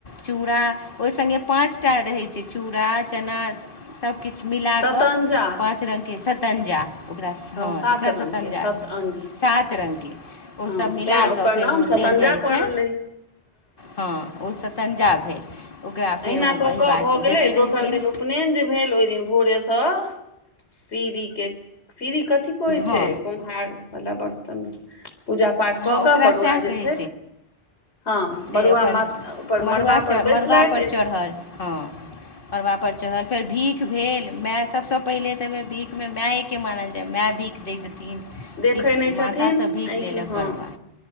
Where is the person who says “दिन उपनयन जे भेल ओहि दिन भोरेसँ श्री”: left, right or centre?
Left